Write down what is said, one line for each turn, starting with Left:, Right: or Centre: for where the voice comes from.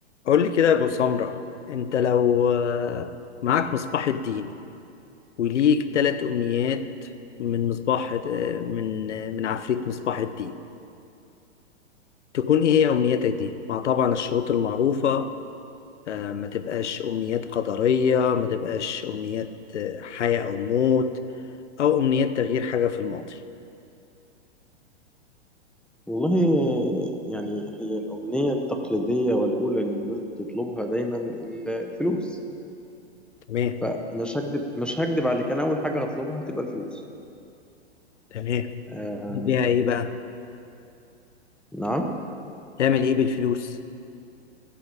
Left: قول لي كده يا ابو سمرة انت لو آه، معاك مصباح الدين وليك ثلاث امنيات من مصباح آه، من آه، من عفريت مصباح الدين تكون ايه هي امنياتك دي مع طبعا الشروط المعروفة آه، ما تبقاش امنيات قدرية ما تبقاش امنيات آه، حياة او موت او امنيات تغيير حاجة في الماضي
Centre: والله يعني هي الأمنية التقليدية والأولى اللي الناس بتطلبها دايما ال- الفلوس
Left: تمام
Centre: فمش هكدب مش هكدب عليك أنا أول حاجة هطلبها هتبقى الفلوس
Left: تمام
Centre: آه
Left: ليها ايه بقى
Centre: نعم
Left: تعمل ايه بالفلوس